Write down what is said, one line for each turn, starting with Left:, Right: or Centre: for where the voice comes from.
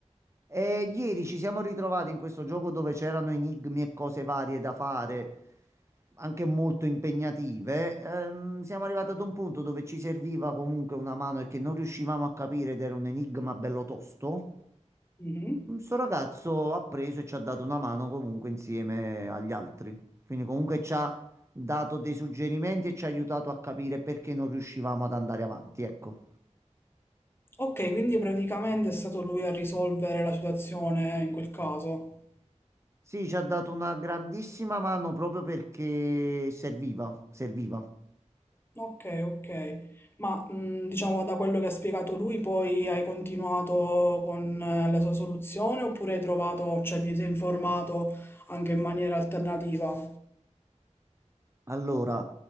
Right: E ieri ci siamo ritrovati in questo gioco dove c'erano enigmi e cose varie da fare, anche molto impegnative. Ehm, siamo arrivati ad un punto dove ci serviva comunque una mano e che non riuscivamo a capire ed era un enigma bello tosto.
Left: Mhm.
Right: Questo ragazzo ha preso e ci ha dato una mano comunque insieme agli altri. Quindi comunque ci ha dato dei suggerimenti e ci ha aiutato a capire perché non riuscivamo ad andare avanti, ecco.
Left: Ok, quindi praticamente è stato lui a risolvere la situazione in quel caso.
Right: Sì, ci ha dato una grandissima mano proprio perché serviva, serviva.
Left: Ok, ok. Ma mh, diciamo da quello che ha spiegato lui, poi hai continuato con eh, la sua soluzione oppure hai trovato, cioè ti sei informato anche in maniera alternativa?
Right: Allora,